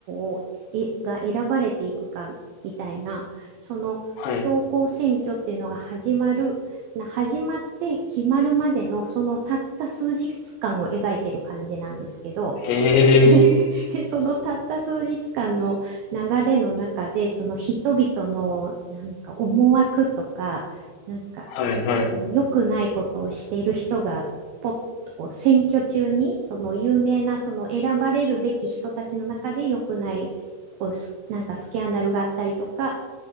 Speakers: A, on the right; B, on the left.
A: 王を、え、が選ばれていくか、みたいな、その、
B: はい。
A: 教皇選挙っていうのが始まる、な、始まって決まるまでの、そのたった数日間を描いてる感じなんですけど、
B: へ
A: <laughs>
B: え。
A: そのたった数日間の流れの中で、その人々のなんか思惑とか、なんかあの良くないことをしている人が、
B: はいはい。
A: ポッとこう選挙中に、その有名なその選ばれるべき人たちの中で良くないこうスなんかスキャンダルがあったりとか、